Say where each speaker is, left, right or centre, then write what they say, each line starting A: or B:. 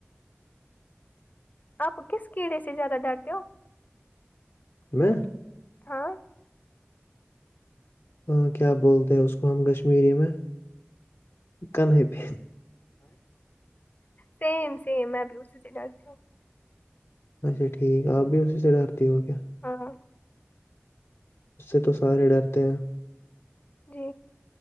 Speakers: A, on the left (about 40°); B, on the left (about 80°).
A: آپ کس کیڑے سے زیادہ ڈرتے ہو
B: میں
A: ہاں
B: ہاں کیا بولتے ہیں اس کو ہم کشمیری میں کن پ
A: سیم سیم ہے بھی اسی سے گل چ
B: اچھا ٹھیک ہے آپ بھی اسی سےٹ آرتی ہو گ کیا
A: ہاں
B: اس سے تو سارے ڈرتے ہیں
A: جی